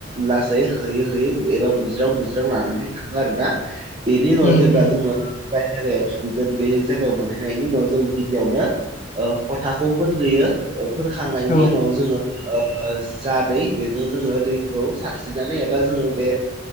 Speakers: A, on the right; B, on the left.
A: लासै होयै होयै एबा बुज्राव बुज्राव लानानै थाङो आरोना। बेनि उनाव
B: उम उम
A: जेब्ला जोङो <unintelligible> थुहैगोन बे जायगायाव मोनहैनायनि उनाव जों गिबियावनो ओ फथाखौ फोनदोयो फोनखांनायनि
B: औ
A: उनाव जोङो ओ ओस जा दै बेजों जोङो दैखौ सारस्रिनानै एबा जोङो बे